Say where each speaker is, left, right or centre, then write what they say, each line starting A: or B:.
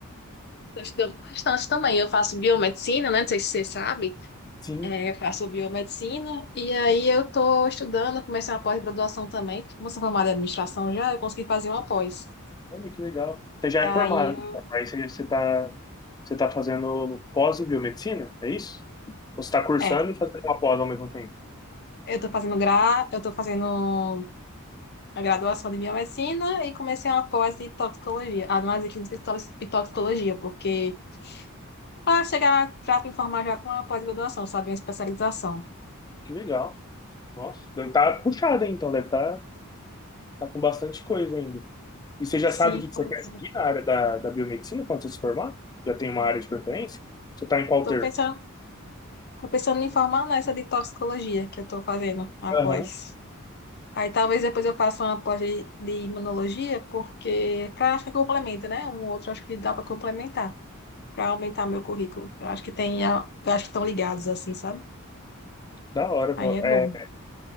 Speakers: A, on the left (about 50°); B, on the left (about 20°).
A: Tô estudando bastante também. Eu faço biomedicina, né? Não sei se você sabe.
B: Sim,
A: É, eu faço biomedicina e aí eu tô estudando, eu comecei uma pós-graduação também. Como eu sou formada em administração já, eu consegui fazer uma pós.
B: olha que legal. Você já
A: E aí
B: é formado,
A: eu,
B: então, aí você, você tá, você tá fazendo pós em biomedicina, é isso? Ou Você tá cursando
A: é,
B: e fazendo uma pós ao mesmo tempo?
A: eu tô fazendo gra, eu tô fazendo a graduação de biomedicina e comecei uma pós de toxicologia, análise clínica e toxicologia, porque para chegar, para me formar já com uma pós-graduação, sabe, uma especialização.
B: Que legal. Nossa, deve estar tá puxado, hein, então, deve estar. Tá com bastante coisa ainda. E você já
A: Sim,
B: sabe o que que
A: estou
B: você quer seguir na área da, da biomedicina quando você se formar? Já tem uma área de preferência? Você está em qual termo?
A: pensando, tô pensando em formar nessa de toxicologia que eu estou fazendo após.
B: Aham,
A: Aí talvez depois eu faça uma pós de, de imunologia, porque é pra, acho que complementa, né? Um outro acho que dá para complementar, para aumentar meu currículo. Eu acho que tem, a- eu acho que estão ligados assim, sabe?
B: da hora.
A: Aí
B: pô.
A: é bom.
B: É,